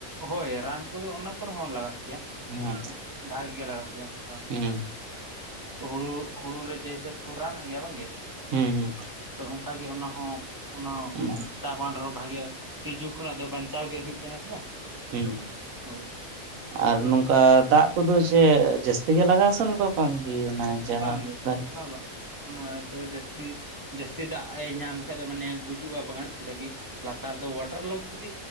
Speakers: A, on the right (about 20°); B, on the right (about 80°).
A: ᱦᱳᱭ ᱨᱟᱱ ᱠᱚᱫᱚ ᱚᱱᱟ ᱠᱚᱨᱮ ᱦᱚᱸ ᱞᱟᱜᱟᱜ ᱜᱮᱭᱟ᱾
B: ᱦᱩᱸ
A: ᱵᱷᱟᱜᱮ ᱜᱮ ᱞᱟᱜᱟᱜ ᱜᱮᱭᱟ ᱚᱱᱟ ᱨᱟᱱ ᱠᱚᱫᱚ᱾
B: ᱦᱩᱸ
A: ᱦᱳᱲᱳ ᱦᱳᱲᱳ ᱨᱮ ᱡᱮ ᱦᱤᱥᱟᱹᱵ ᱠᱚ ᱨᱟᱱ ᱟᱜ ᱜᱮᱭᱟ, ᱵᱟᱝᱜᱮ?
B: ᱦᱩᱸ ᱦᱩᱸ
A: ᱛᱚ ᱚᱱᱠᱟᱜᱮ ᱚᱱᱟᱦᱚᱸ ᱚᱱᱟ
B: ᱦᱩᱸ
A: ᱪᱟ ᱵᱟᱜᱟᱱ ᱨᱮᱦᱚᱸ ᱵᱷᱟᱜᱮ ᱛᱤᱡᱩ ᱠᱷᱚᱱᱟᱜ ᱫᱚ ᱵᱟᱧᱪᱟᱣ ᱜᱮ ᱦᱩᱭᱩᱜ ᱠᱟᱱᱟ, ᱥᱮ ᱵᱟᱝ?
B: ᱦᱮᱸ
A: ᱦᱳᱭ ᱛᱤᱡᱩ
B: ᱟᱨ
A: ᱠᱷᱚᱱᱟᱜ
B: ᱱᱚᱝᱠᱟ ᱫᱟᱜ ᱠᱚᱫᱚ ᱪᱮᱫ ᱡᱟᱹᱥᱛᱤ ᱜᱮ ᱞᱟᱜᱟᱜᱼᱟ ᱥᱮ ᱱᱚᱝᱠᱟ ᱵᱟᱝ ᱜᱮ ᱚᱱᱟ ᱡᱟᱦᱟᱸ
A: ᱵᱟᱝᱜᱮ
B: <unintelligible>
A: ᱵᱟᱝ ᱵᱟᱝ ᱚᱱᱟ ᱫᱚ ᱡᱟᱹᱥᱛᱤ ᱡᱟᱹᱥᱛᱤ ᱫᱟᱜ ᱮ ᱧᱟᱢ ᱞᱮᱠᱷᱟᱡ ᱫᱚ ᱢᱟᱱᱮ ᱜᱩᱡᱩᱜᱼᱟ ᱵᱟᱜᱟᱱ, ᱪᱮᱫᱟᱜ ᱠᱤ ᱞᱟᱛᱟᱨ ᱫᱚ ᱚᱣᱟᱴᱟᱨ ᱞᱚᱠ ᱡᱩᱫᱤ